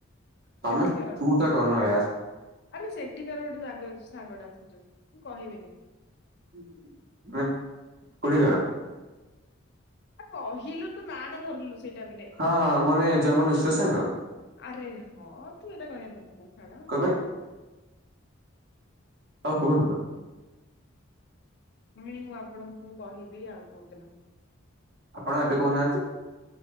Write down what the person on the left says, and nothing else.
ସେଠିକାର
ଆରେ ସେଠିକାର ଗୋଟେ ସାଙ୍ଗ ସାଙ୍ଗଟା। ମୁଁ କହିବିନି।
ଆ କହିଲୁ ତୁ ନାଟା ଧରିଲୁ ସେଇ ଟାଇମ ରେ
ଆରେ ହଁ ତୁ ଏଟା କହିବାର ନଥିଲା ଛାଡ
ଛା
ମୁଁ ଆପଣଙ୍କୁ କହିବି ଆଉ କୋଉ ଦିନ।